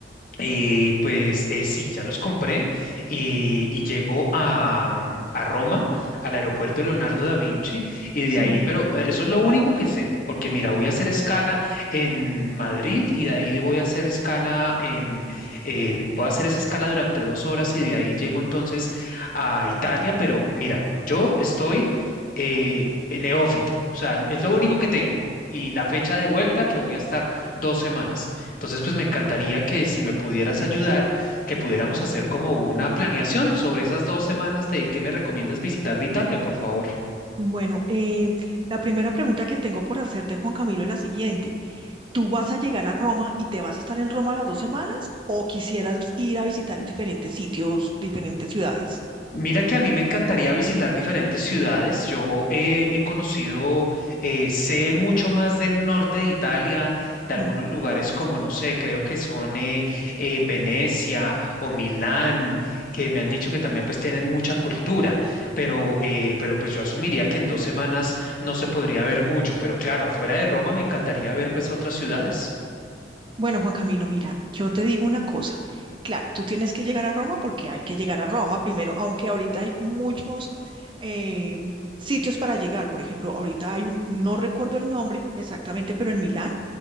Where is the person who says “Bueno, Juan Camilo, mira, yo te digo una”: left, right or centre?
Right